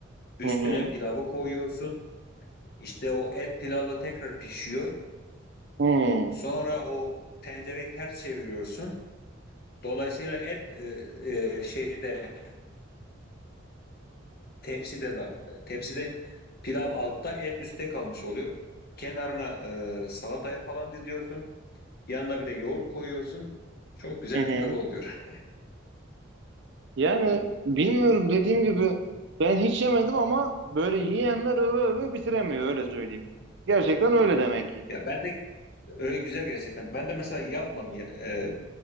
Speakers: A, on the left (about 50°); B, on the right (about 60°).
A: üstüne
B: Hı hı.
A: pilavı koyuyorsun İşte o et pilavla tekrar pişiyor
B: Hı hı.
A: sonra o tencereyi ters çeviriyorsun dolayısıyla et e, e, şeyde tepside de tepside pilav altta et üstte kalmış oluyor kenarına e, salatayı falan diziyorsun Yanına bir de yoğurt koyuyorsun. Çok güzel
B: Hı hı.
A: bir tadı oluyor.
B: Yani bilmiyorum dediğim gibi ben hiç yemedim ama böyle yiyenler öve öve bitiremiyor öyle söyleyeyim. Gerçekten öyle
A: Ya,
B: demek ki.
A: ya ben de öyle güzel gerçekten. Ben de mesela yapmadım. ya- e,